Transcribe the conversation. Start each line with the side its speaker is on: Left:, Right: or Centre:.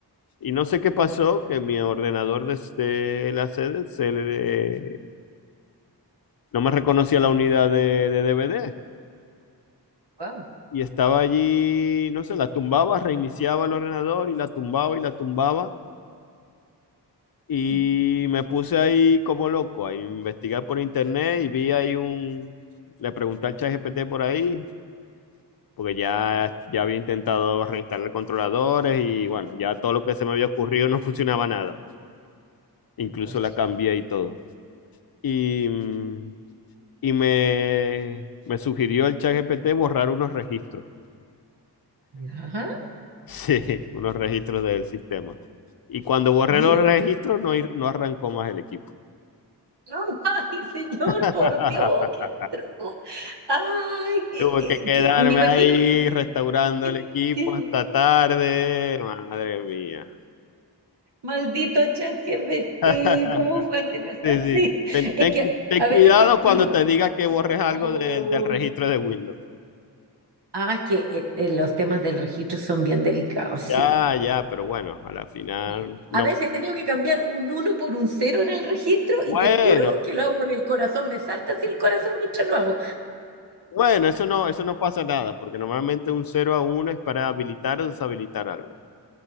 Left: Y no sé qué pasó, que mi ordenador desde la sede se le- no me reconocía la unidad de, de DVD.
Right: Wow.
Left: y estaba allí, no sé, la tumbaba, reiniciaba el ordenador y la tumbaba y la tumbaba. Y
Right: Mm,
Left: me puse ahí como loco a investigar por internet y vi ahí un... Le pregunté al ChatGPT por ahí, porque ya, ya había intentado reinstalar controladores y bueno, ya todo lo que se me había ocurrido no <laughs> funcionaba nada. Incluso
Right: cóchale.
Left: la cambié y todo. Y, mm, y me, me sugirió el ChatGPT borrar unos registros.
Right: Ya.
Left: <laughs> Sí, unos registros del sistema. Y cuando borré
Right: ¿Y?
Left: los registros, no, ir- no arrancó más el equipo.
Right: <laughs> Ay, señor,
Left: <laughs>
Right: por Dios, qué atroz. Ay, que,
Left: Tuve
Right: eh,
Left: que quedarme
Right: que- me imagino
Left: ahí restaurando
Right: que
Left: el
Right: qué
Left: equipo
Right: terrible.
Left: hasta tarde. Madre mía.
Right: Maldito chat GPT,
Left: <laughs>
Right: ¿cómo fue hacer algo
Left: Sí,
Right: así?
Left: sí. Ten,
Right: Es
Left: ten
Right: que
Left: cu- ten
Right: a
Left: cuidado
Right: veces se equivoca.
Left: cuando te diga que borres algo
Right: Oh.
Left: del, del registro de Windows.
Right: Ah, es que eh, eh, los temas del registro son bien delicados, sí.
Left: Ya, ya, pero bueno, a la final
Right: sí.
Left: no.
Right: A veces he tenido que cambiar un uno por un cero en el registro
Left: Bueno,
Right: y te juro que lo hago con el corazón, me salta así el corazón mientras lo hago.
Left: bueno, eso no, eso no pasa nada, porque normalmente un cero a uno es para habilitar o deshabilitar algo.